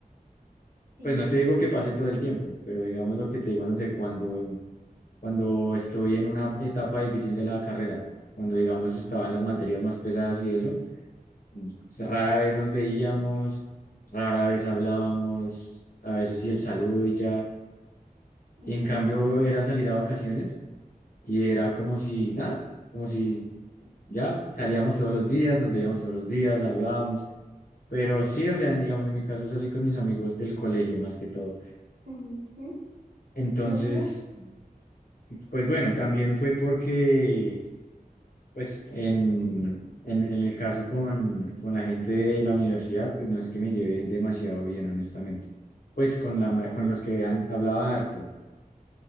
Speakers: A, on the right; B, on the left.
A: Sí.
B: Pues no te digo que pase todo el tiempo, pero digamos lo que te digo, no sé, cuando cuando estoy en una etapa difícil de la carrera, cuando digamos estaba en las materias más pesadas y eso, pues, rara vez nos veíamos, rara vez hablábamos, a veces y el saludo y ya.
A: Ujú,
B: Y en cambio era salir a vacaciones y era como si nada, como si ya salíamos todos los días, nos veíamos todos los días, hablábamos. Pero sí, o sea, digamos, en mi caso es así con mis amigos del colegio más que todo.
A: ujú.
B: Entonces,
A: Sí, no sé.
B: pues bueno, también fue porque Pues en, en, en el caso con, con la gente de la universidad, pues no es que me lleve demasiado bien, honestamente. Pues con, la, ma- con los que han- hablaba harto.